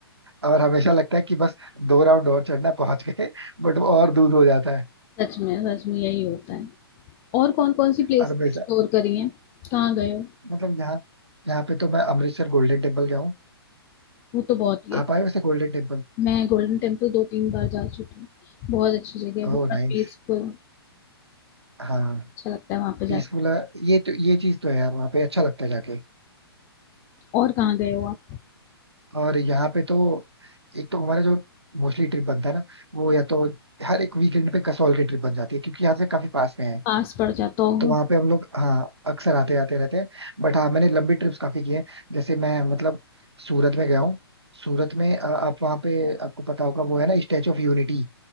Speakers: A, on the right (about 85°); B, on the left (about 20°).
A: और हमेशा लगता है कि बस दो राउंड और चढ़ना है, पहुंच गए बट वो और दूर हो जाता है
B: सच में सच में यही होता है और कौन कौन सी प्लेसेस
A: और हमेशा
B: एक्सप्लोर करी हैं कहाँ गए हो
A: मतलब यहाँ यहाँ पे तो मैं अमृतसर गोल्डन टेम्पल गया हूँ
B: वो तो बहुत ही है
A: आप आए वैसे गोल्डन टेम्पल
B: मैं गोल्डन टेम्पल दो तीन बार जा चुकी हूँ बहुत अच्छी जगह है
A: Oh
B: बहुत
A: nice
B: पीसफुल
A: हाँ
B: अच्छा लगता है वहां पे जाके
A: पीसफुल है ये तो ये चीज तो है यार वहाँ पे अच्छा लगता है जाके
B: और कहाँ गए हो आप
A: और यहाँ पे तो एक तो हमारा जो मोस्टली ट्रिप बनता है ना वो या तो हर एक वीकेंड पे कसौल की ट्रिप बन जाती है क्योंकि यहाँ से काफी पास में है
B: पास पड़ जाता होगा
A: तो वहां पे हम लोग हाँ अक्सर आते आते रहते हैं बट हाँ मैंने लंबी ट्रिप्स काफी की है जैसे मैं मतलब सूरत में गया हूँ सूरत में अ, आप वहाँ पे आपको पता होगा वो है ना स्टेचू ऑफ यूनिटी